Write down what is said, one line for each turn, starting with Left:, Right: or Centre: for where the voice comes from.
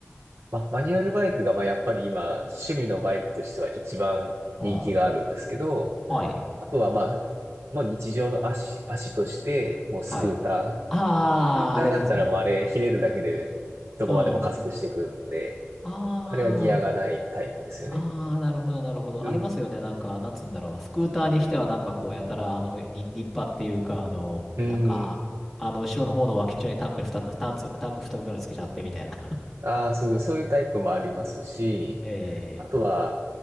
Right: まあマニュアルバイクが、まあやっぱり今、趣味のバイクとしては一番人気があるんですけど、
Centre: うん。はい。
Right: あとはまあ、まあ日常の足、足として、もうスクーター。
Centre: はい。ああ、
Right: スクーターだったらもうあれ、
Centre: あれですね。
Right: ひねるだけでどこまでも加速していくんで、
Centre: うん。ああ。
Right: あれはギアがないタイプですよね。
Centre: ああ、なるほど、なるほど。
Right: うん。
Centre: ありますよね。なんか、なんつうんだろう。スクーターにしては、なんかこう、やたら、あの、り立派っていうか、あの、
Right: うん。
Centre: なんか、あの、後ろの方の脇っちょにタンクにふたタンク、タンク2つぐらいつけちゃって、みたいな。
Right: ああ、そうそう、そういうタイプもありますし、
Centre: <laughs>
Right: あとは、
Centre: ええ